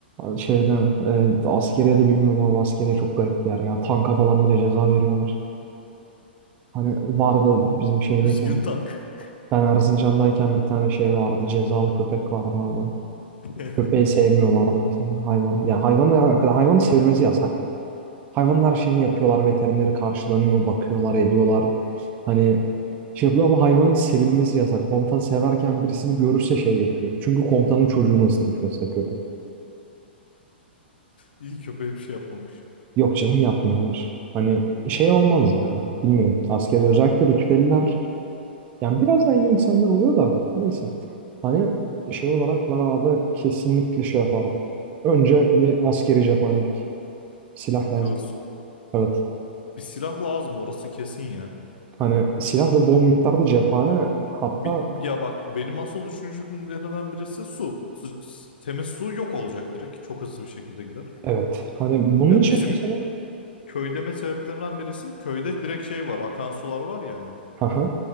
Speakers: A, on the right; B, on the left.
A: Şeyde e, askeriye de bilmiyorum ama askeriye çok garip bir yer ya. Tanka falan bile ceza veriyorlar. Hani vardı bizim şeydeyken.
B: Üzgün tank.
A: Ben Erzincan'dayken bir tane şey vardı. Cezalı köpek vardı orada.
B: <laughs>
A: Köpeği sevmiyorlardı mesela hayvan. Ya hayvan hakkında hayvanın sevilmesi yasaktı. Hayvanın her şeyini yapıyorlar. Veterineri karşılanıyor, bakıyorlar, ediyorlar. Hani şey yapıyor ama hayvanın hiç sevilmesi yasak. Komutan severken birisini görürse şey yapıyor. Çünkü komutanın çocuğunu ısırmış mesela köpek.
B: İyi köpeğe bir şey yapmamış
A: Yok canım yapmıyorlar. Hani şey olmaz ya. Bilmiyorum. Askeri özellikle rütbeliler Yani biraz daha iyi insanlar oluyor da neyse. Hani şey olarak ben abi kesinlikle şey yapardım. Önce bir askeri cephanelik. Silah lazım.
B: diyorsun.
A: Evet.
B: Bir silah lazım orası kesin ya.
A: Hani silah ve bol miktarda cephane hatta
B: Bi- Ya bak benim asıl düşüncelerimden birisi su. Sı- s- Temiz su yok olacak direkt. Çok hızlı bir şekilde gider.
A: evet. Hani bunun
B: Ya
A: için
B: bizim
A: mesela
B: köy deme sebeplerinden birisi köyde direkt şey var. Akan sular var yani.
A: haha.